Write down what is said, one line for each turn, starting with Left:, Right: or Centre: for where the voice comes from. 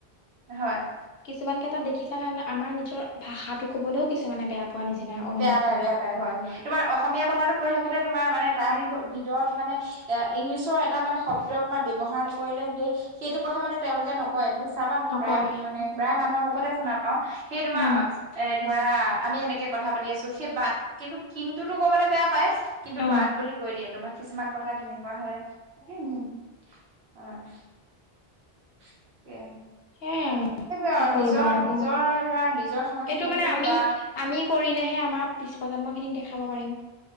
Right: হয়।
Left: কিছুমানকে তাত দেখিছা নে না আমাৰ নিজৰ ভাষাটো কবলেও কিছুমানে বেয়া পোৱা নিচিনা অনুভৱ
Right: বেয়া পায়
Left: কৰে
Right: বেয়া পায় হয়। তোমাৰ অসমীয়া কথাটো কৈ থাকোঁতে তোমাৰ মানে তাৰ ভি ভিতৰত মানে এ ইংলিছৰ এটা মানে শব্দ তোমাৰ ব্যৱহাৰ নকৰিলে সেই সেইটো কথা মানে তেওঁলোকে নক কয়, তুমি চাবা মোৰ
Left: নকয়
Right: প্ৰায় মানে প্ৰায় মানুহৰ মুখতে শুনা পাও সেই তোমাৰ
Left: উম
Right: অ এ ধৰা আমি এনেকে কথা পাতি আছো সেই বাট কিন্তু কিন্তুতো কবলৈ বেয়া পাই কিন্তু
Left: অ
Right: বাট বুলি কৈ দিয়ে তোমাক কিছুমান কথা তেনেকুৱা হয়, এ হুম হয়। তাকে।
Left: সেইয়াই আৰু
Right: এইবোৰে
Left: কি
Right: আৰু
Left: কৰিবা
Right: নিজৰ
Left: এইবোৰ
Right: - নিজৰ ধৰা নিজৰ সংস্কৃতিটো
Left: এইটো মানে আমি
Right: বা
Left: আমি কৰিলেহে আমাৰ পিছ প্ৰজন্মখিনিক দেখাব পাৰিম।